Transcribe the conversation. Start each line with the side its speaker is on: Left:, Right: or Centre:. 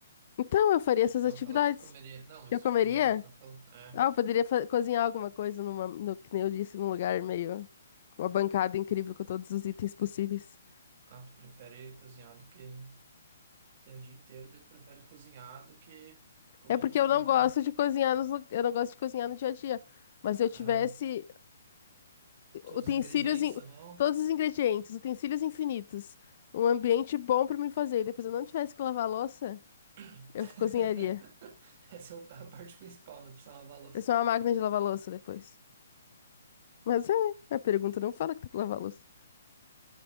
Left: Então, eu faria essas
Right: Tu
Left: atividades.
Right: não falou que tu comeria. Não, mas
Left: Eu comeria?
Right: de comida tu não falou. É.
Left: Ah, eu poderia fa- cozinhar alguma coisa numa, no, que nem eu disse, num lugar meio... com Uma bancada incrível com todos os itens possíveis.
Right: Ah, tu prefere cozinhar do que. Você é o dia inteiro, daí tu prefere cozinhar do que comer
Left: É porque
Right: num lugar
Left: eu não gosto
Right: top.
Left: de cozinhar nos, lu- eu não gosto de cozinhar no dia a dia. Mas se eu tivesse
Right: Aham. Todos
Left: Utensílios,
Right: os ingredientes
Left: in-
Right: à mão.
Left: todos os ingredientes, utensílios infinitos. Um ambiente bom pra mim fazer. Depois eu não tivesse que lavar a louça,
Right: <laughs>
Left: eu cozinharia.
Right: Essa é a parte principal, não precisa lavar a louça.
Left: Vai ser uma máquina de lavar louça depois. Mas é, a pergunta não fala que tem que lavar louça.